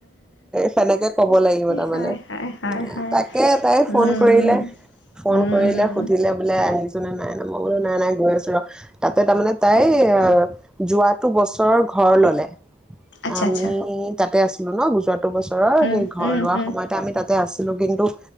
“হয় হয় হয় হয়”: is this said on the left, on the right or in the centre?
Left